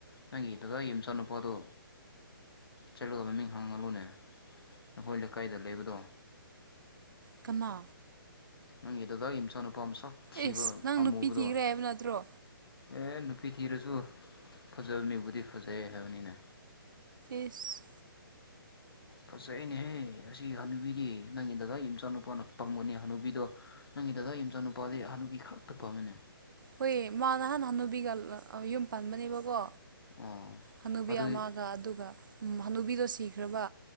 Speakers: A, on the left (about 80°); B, on the right (about 60°).
A: ꯅꯪꯒꯤꯗ ꯑꯩ ꯏꯆꯥꯅꯨꯄꯥꯗꯣ ꯆꯠꯂꯒ ꯃꯃꯤꯡ ꯍꯥꯡꯍꯜꯂꯨꯅꯦ ꯑꯈꯣꯏ ꯂꯩꯀꯥꯏꯗ ꯂꯩꯕꯗꯣ
B: ꯀꯅꯥ
A: ꯅꯪꯒꯤ ꯗꯗꯥꯒꯤ ꯃꯆꯥꯅꯨꯄꯥ ꯃꯁꯛ ꯊꯤꯕ
B: ꯑꯦꯁ ꯅꯪ
A: ꯑꯃꯨꯕꯗꯣ
B: ꯅꯨꯄꯤ ꯊꯤꯈ꯭ꯔꯦ ꯍꯥꯏꯕ ꯅꯠꯇ꯭ꯔꯣ
A: ꯑꯦ ꯅꯨꯞ ꯄꯤꯊꯤꯔꯁꯨ ꯐꯖꯕ ꯃꯤꯕꯨꯗꯤ ꯐꯖꯩ ꯍꯥꯏꯕꯅꯤꯅꯦ꯫
B: ꯏꯁ
A: ꯐꯖꯩꯅꯦꯍꯦ ꯑꯁꯤ ꯍꯅꯨꯕꯤꯗꯤ ꯅꯪꯒꯤ ꯗꯗꯥꯒꯤ ꯃꯆꯥ ꯅꯨꯨꯄꯥꯅ ꯄꯪꯕꯅꯦ ꯍꯅꯨꯕꯤꯗꯣ ꯅꯪꯒꯤ ꯗꯗꯥꯒꯤ ꯃꯆꯥꯅꯨꯄꯥꯗꯤ ꯍꯅꯨꯕꯤ ꯈꯛꯇ ꯄꯥꯝꯃꯦꯅꯦ꯫
B: ꯍꯣꯏ ꯃꯥ ꯅꯍꯥꯟ ꯍꯥꯟꯅꯨꯕꯤꯒ ꯂꯥ ꯑ ꯌꯨꯝ ꯄꯥꯟꯕꯕꯅꯦꯕꯀꯣ
A: ꯑꯣ
B: ꯍꯅꯨꯕꯤ
A: ꯑꯗꯨꯏ
B: ꯑꯃꯒ ꯑꯗꯨꯒ ꯍꯅꯨꯕꯤꯗꯣ ꯁꯤꯈ꯭ꯔꯕ꯫